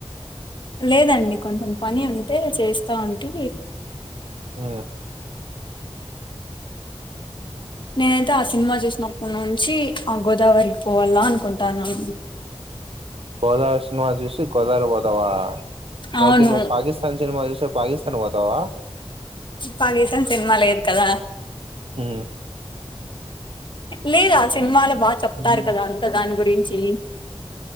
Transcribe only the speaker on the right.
ఉ
గోదావరి సినిమా చూసి గోదావరి పోతావా
అయితే నువ్వు పాకిస్తాన్ సినిమా చూస్తే పాకిస్తాన్ పోతవా
ఉ
మ్మ్